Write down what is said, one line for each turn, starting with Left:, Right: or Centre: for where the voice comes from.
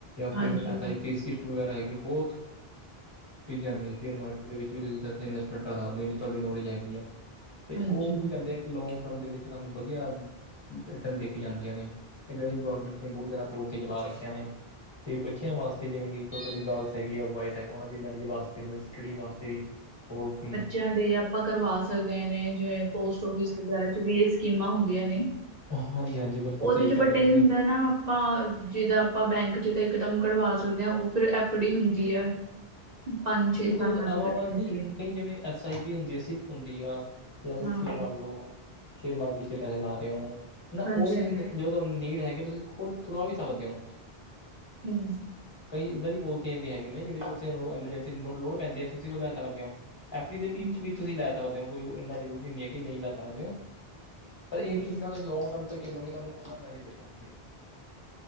Right: ਹਾਂਜੀ
Left: ਫੇਰ ਐੱਸ ਆਈ ਪੀ ਸੀਪ ਵਗੈਰਾ ਹੈਗੀ ਬੋਤ। ਚੀਜ਼ਾਂ ਨੇ ਸ਼ੇਅਰ ਮਾਰਕੀਟ ਦੇ ਵਿੱਚ ਵੀ ਤੁਸੀ ਇਨਵੈਸਮੈਂਟ ਕਾੱਰ ਸਕਦੇ ਓ, ਜੇ ਤੁਆਡੀ ਨੋਲੇਜ ਹੈਗੀ ਐਂ। ਤੇ
Right: ਹਾਂਜੀ
Left: ਓ ਕੀ ਕੈਂਦੇ ਏਕ ਲੋਂਗ ਟਰਮ ਦੇ ਵਿੱਚ ਸਾਨੂੰ ਬਦੀਆ ਰਿਟਰਨ ਦੇ ਕੇ ਜਾਂਦੀਆਂ ਨੇ, ਏਨਾਂ ਦੀ ਗੋਰਮੈਂਟ ਨੇ ਬੋਤ ਜੈਦਾ ਬੋਲ ਕੇ ਚਲਾ ਰੱਖਆਂ ਨੇ। ਤੇ ਬੱਚੇਆਂ ਵਾਸਤੇ ਜਿਵੇਂ ਕੀ ਤੋਡੀ ਗੱਲਸ ਹੈਗੀ ਯਾ ਬੋਏਫ ਹੈਗਾ ਓਨਾਂ ਦੀ ਮੈਰਿਜ ਵਾਸਤੇ। ਤੇ ਓਨਾ ਦੀ ਸਟੱਡੀ ਵਾਸਤੇ ਪੋਲਸੀਆ
Right: <unintelligible> ਆਪਾ ਕਰਵਾ ਸਕਦੇ ਨੇ ਜਿਵੇਂ ਪੋਸਟ ਓਫਿਸ ਵਗੈਰਾ ਚ ਵੀ ਏ ਸਕੀਮਾਂ ਹੁੰਦੀਆਂ ਨੇ।
Left: ਹਾਂਜੀ ਹਾਂਜੀ ਬਿਲਕੁਲ
Right: ਓਦੇ
Left: ਸਹੀ
Right: ਚ
Left: ਕਰ
Right: ਬਟ
Left: ਰਹੇ ਹੋ
Right: ਏ
Left: ਤੁਸੀਂ
Right: ਹੁੰਦਾ ਨਾ ਆਪਾਂ ਜਿਦਾਂ ਆਪਾਂ ਬੈਂਕ ਚ ਤੇ ਏਕਦਮ ਕਢਵਾ ਸਕਦੇ ਆਂ, ਓ ਫੇਰ ਐਫ ਡੀ ਹੁੰਦੀ ਐ। <unintelligible>
Left: <unintelligible> ਏਵਾਵਾ
Right: ਹੁੰਦੀ
Left: ਡੀ
Right: ਹੈ।
Left: ਕਈ ਜਿਵੇਂ ਐਸ ਆਈ ਪੀ ਹੁੰਦੀ ਸੀਪ ਹੁੰਦੀ ਆ। ਯਾ ਤੁਸੀ
Right: ਹਾਂ।
Left: ਮੰਨ ਲੋ, ਸ਼ੇਅਰ ਮਾਰਕੀਟ ਚ ਪੈਹੇ ਲਾ ਰਹੇ ਓ, ਨਾ
Right: ਹਾਂਜੀ
Left: ਓ ਤੁਸੀ
Right: ਹਾਂਜੀ।
Left: <unintelligible> ਤੋਆਨੂੰ ਨੀਡ ਹੈਗੀ ਤੁਸੀ ਖੋਲ ਖਵਾ ਵੀ ਸਕਦੇ ਓ‌।
Right: ਹੂੰ।
Left: ਕਈ ਏਧਾਂ ਈ ਬੋਲਕੇ ਵੀ ਹੈਗੇ ਨੇ ਜੇੜੇ ਤੁਸੀ ਓਨੂੰ ਐਮਰਜੈਂਸੀ ਲੋੜ ਪੈਂਦੀ ਐ, ਤੁਸੀ ਓ ਲੈ ਸਕਦੇ ਓ। ਐਫ ਡੀ ਦੇ
Right: ਹੂੰ।
Left: ਵਿੱਚ ਵੀ ਤੁਸੀ ਲੈ ਸਕਦੇ ਓ, ਕੋਈ ਏਨਾ ਜ਼ਰੂਰੀ ਨੀ ਐ ਕਿ ਨਈ ਲੈ ਸਕਦੇ ਓ। ਪਰ
Right: ਹਾਂਜੀ
Left: ਏ ਕਈਦਾ ਵਾ ਲੋਂਗ ਟਰਮ ਤੱਕ ਚੱਲੋਗੇ ਤਾਨੂੰ ਓਨਾਂ ਬੈਨੀਫਿਟ ਐ।